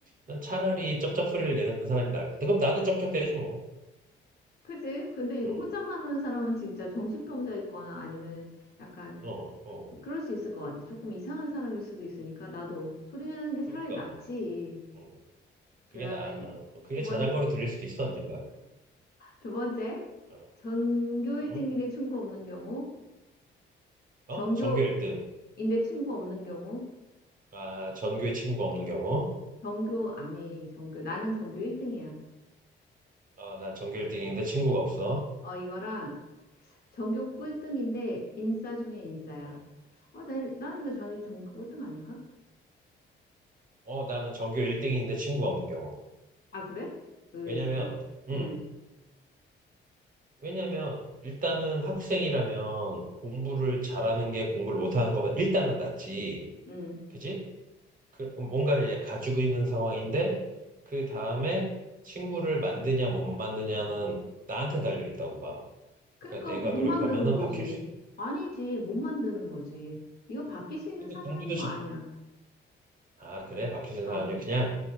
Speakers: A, on the right; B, on the left.
A: 난 차라리 쩝쩝 소리를 내는 사람이 나을 그럼 나도 쩝쩝대지 뭐.
B: 그지? 근데 이거
A: 음.
B: 혼잣말 하는 사람은 진짜 정신병자 있거나 아니면 약간
A: 어, 어.
B: 그럴 수 있을 것 같아. 조금 이상한 사람일 수도 있으니까 나도 소리 내는 게 차라리
A: 그러니까
B: 낫지.
A: 어, 어.
B: 그
A: 그게
B: 다음에
A: 나. 어. 어, 그게
B: 두
A: 자전거로
B: 번,
A: 들릴 수도 있어 언젠가.
B: 두 번째.
A: 어,
B: 전교 1등인데
A: 음?
B: 친구 없는 경우,
A: 어?
B: 전교인데
A: 전교 1등.
B: 친구 없는 경우,
A: 아, 전교에 친구가 없는 경우.
B: 전교, 아니, 전교, 나는 전교 1등이야.
A: 어, 난 전교 1등인데 친구가 없어.
B: 어, 이거랑 전교
A: 음,
B: 꿀등인데 인싸 중에 인싸야.
A: 어.
B: 어, 난, 난 이거 자네 전교 꿀등 아닌가?
A: 어, 나는 전교 1등인데 친구가 없는 경우.
B: 아, 그래? 의외일세.
A: 왜냐면, 음,
B: 응,
A: 왜냐면 일단은 학생이라면 공부를 잘하는 게 공부를 못하는 것보다 일단은 낫지.
B: 응.
A: 그지? 그 뭔가를 얘 가지고 있는 상황인데 그 다음에 친구를 만드냐 못 만드냐는 나한테 달려 있다고 봐.
B: 그러니까
A: 그러니까 내가
B: 못
A: 노력하면은
B: 만드는 거지.
A: 바뀔 수도. 있
B: 아니지, 못 만드는 거지. 이거 바뀔 수 있는
A: 근데
B: 상황인
A: 공부도
B: 거
A: 잘...
B: 아니야.
A: 아, 그래? 바뀌는
B: 아,
A: 사람이 그냥